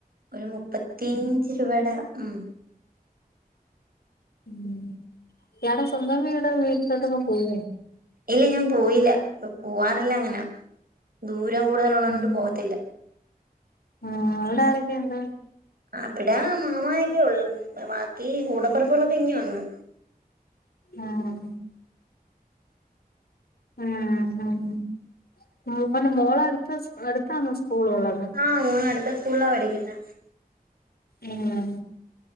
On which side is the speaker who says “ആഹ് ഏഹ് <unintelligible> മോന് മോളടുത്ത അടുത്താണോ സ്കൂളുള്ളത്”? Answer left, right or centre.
Left